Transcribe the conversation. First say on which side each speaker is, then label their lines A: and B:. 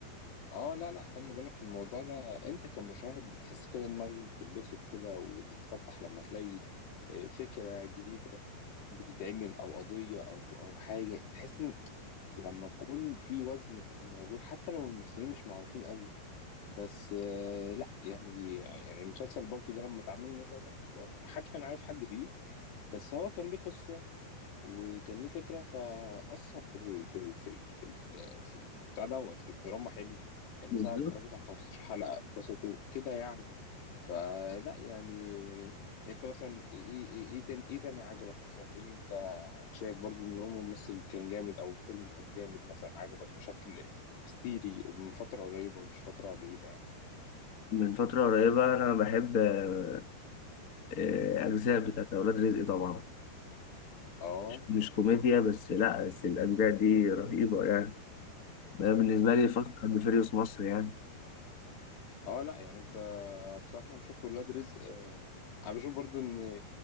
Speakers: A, on the left; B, on the left.
A: اه لا لا خلي بالك الموضوع ده انت كمشاهد بتحس كده دماغك بتتبسط كده وتتفتح لما تلاقي آه، فكرة جديدة بتتعمل او قضية او او حاجة تحس ان لما تكون في وزن في الموضوع حتى لو الممثلين مش معروفين قوي بس آه، لا يعني يعني مسلسل بالطو ده لما اتعمل الناس قالت لك محدش كان عارف حد فيه بس هو كان ليه قصة وكان ليه فكره فاثر في ال في ال في ال في ال في ال- بتاع دوت في الدراما حلو الناس
B: بالظبط
A: قعدت اتفرجت على 15 حلقه بسطوا كده يعني فلا يعني انت مثلا ايه ايه ايه إيه تاني ايه تاني عجبك مثلا ايه اللي انت شايف برضو ان هو ممثل كان جامد او فيلم كان جامد مثلا عجبك بشكل هستيري ومن فتره قريبه مش فتره بعيده يعني
B: من فتره قريبه انا بحب آه، آه، اجزاء بتاعت اولاد رزق طبعا
A: اه
B: مش كوميديا بس لا بس الأجزاء دي رهيبة يعني أنا بالنسبة لي فاست أند فيريوس مصر يعني
A: اه لا يعني انت بصراحة بشوف ولاد رزق آه، انا بشوف برضو ان